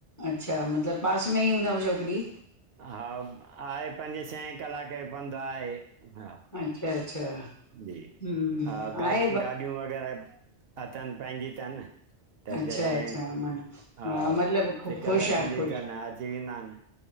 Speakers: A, on the left; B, on the right.
A: अच्छा मतलब पास में ई हूंदव छोकरी?
B: हा आए पंजे छहे कलाक जो पंध आए। हा
A: अच्छा अच्छा
B: जी
A: हम्म
B: हा गाॾियू
A: आहे
B: गाॾियूं वग़ैरह अथन पहंजी तन। त
A: अच्छा
B: जॾहिं
A: अच्छा म
B: हा
A: मतिलबु
B: सिक
A: ख़ुशि
B: लॻंदी
A: आहे ख़ुशि
B: तनि अची वेंदा ऐंन।